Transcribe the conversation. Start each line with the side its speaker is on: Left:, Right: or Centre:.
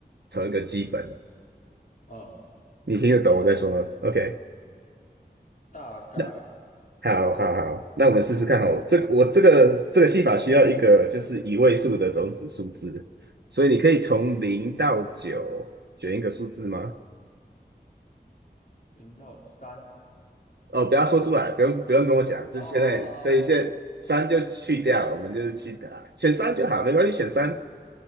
Right: 从一个基本，
Left: 嗯，
Right: 你听得懂我在说吗？OK，
Left: 大概
Right: 那好好好，那我们试试看哦。这我这个这个戏法需要一个就是一位数的种子数字，所以你可以从零到九选一个数字吗？
Left: 零到三
Right: 哦，不要说出来，不用不用跟我讲，这现在所以现在三就去掉，
Left: 啊，哦
Right: 我们就是去打选三就好，没关系，选三。